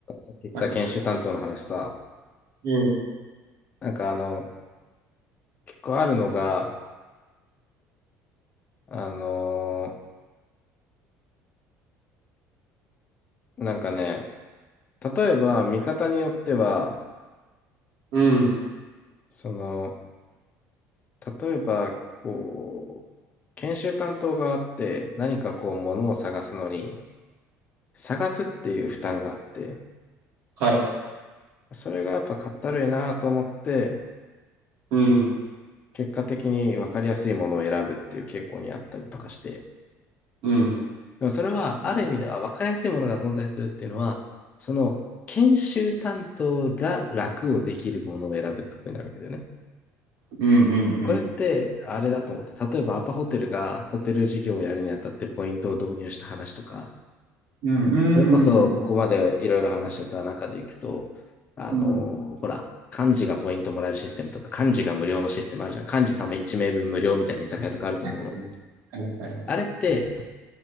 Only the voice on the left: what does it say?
さっき言ってた研修担当の話さ、
なんかあの、結構あるのが、あのーなんかね、例えば見方によっては、
その、例えば、こう、研修担当側って何かこう、ものを探すのに、探すっていう負担があって、
それがやっぱかったるいなと思って、
結果的に分かりやすいものを選ぶっていう傾向にあったりとかして、
でもそれは、ある意味では分かりやすいものが存在するっていうのは、その研修担当が楽をできるものを選ぶってことになるわけだよね。
これって、
あれだと思って、例えばアパホテルがホテル事業をやるにあたってポイントを導入した話とか、
それこそここまでいろいろ話してた中でいくと、
あのほら、
幹事がポイントもらえるシステムとか、幹事が無料のシステムあるじゃん。幹事様1名分無料みたいな居酒屋とかあると思うの。
あれって、